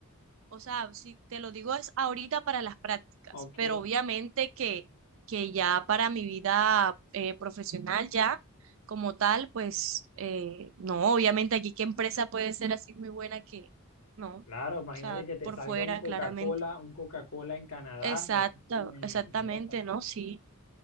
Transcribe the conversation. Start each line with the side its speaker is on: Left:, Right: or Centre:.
Right: O sea, si te lo digo es ahorita para las prácticas,
Left: o, ok,
Right: pero obviamente que, que ya para mi vida eh, profesional ya como tal, pues eh, no, obviamente aquí qué empresa puede ser así muy buena que no. O
Left: claro, imagínate
Right: sea,
Left: que te
Right: por
Left: salga
Right: fuera,
Left: un Coca-Cola,
Right: claramente.
Left: un Coca-Cola en Canadá
Right: Exacto,
Left: o o en
Right: exactamente,
Left: Europa.
Right: ¿no? Sí.